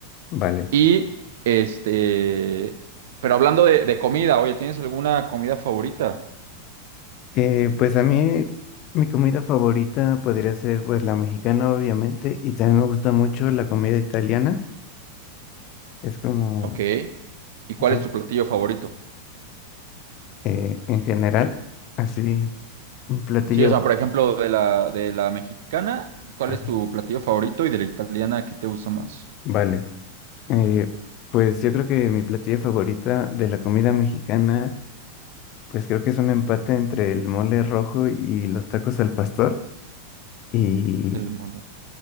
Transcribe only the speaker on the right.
Y este, pero hablando de, de comida, oye, ¿tienes alguna comida favorita?
Ok. ¿Y cuál
es tu platillo favorito?
Sí, o sea, por ejemplo, de la, de la mexicana, ¿cuál
es tu platillo favorito? Y de la italiana, ¿qué te gusta más?
El mole.